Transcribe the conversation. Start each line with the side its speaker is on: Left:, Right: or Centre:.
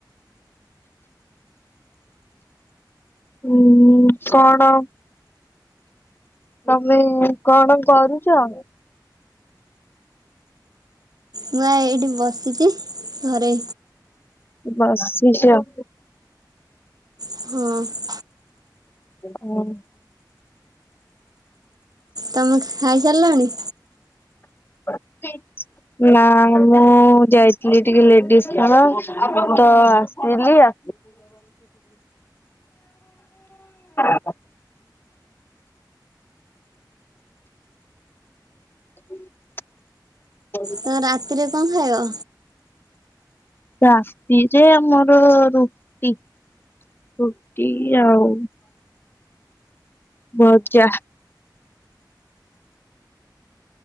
Left: ହୁଁ ଉଁ କଣ? ତମେ କଣ କରୁଚ?
Right: ମୁଁ ଆ ଏଇଠି ବସିଚି ଘରେ।
Left: ବସିଚ?
Right: ହଁ।
Left: ଓହୋ।
Right: ତମେ ଖାଇ ସାରିଲଣି?
Left: <inaudible> ନା ମୁଁ ଯାଇଥିଲି ଟିକେ ଲେଡିଜ୍ କର୍ଣ୍ଣର, ତ ଆସିଲି ଆ <inaudible> <inaudible>
Right: ତମେ ରାତିରେ କଣ ଖାଇବ?
Left: ରାତିରେ ଆମର ରୁଟି। ରୁଟି ଆଉ ଭଜା।